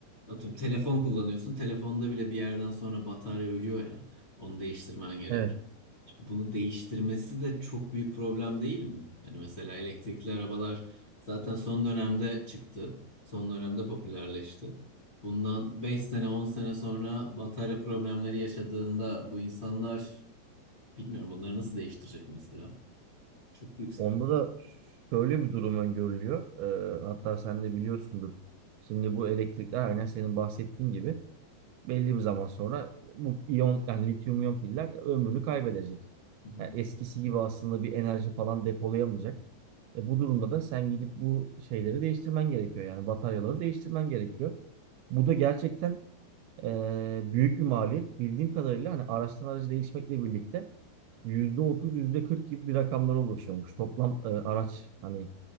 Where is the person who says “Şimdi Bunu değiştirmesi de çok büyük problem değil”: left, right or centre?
Left